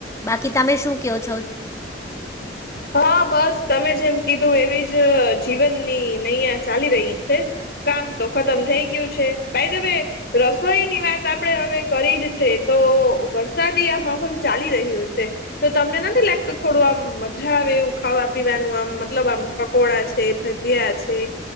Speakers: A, on the left; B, on the left.
A: બાકી તમે શું કયો છો.
B: હા બસ તમે જેમ કીધું એવી જ જીવનની નૈયા ચાલી રહી છે. કામ તો ખતમ થઈ ગયું છે બાયધવે. રસોઈની વાત આપડે હવે કરી જ છે તો વરસાદી આ માહોલ ચાલી રહ્યો છે. તો તમને નથી લાગતું થોડું આમ. આવે એવું ખાવા પીવાનું આમ મતલબ આમ પકોડા છે ભજીયા છે.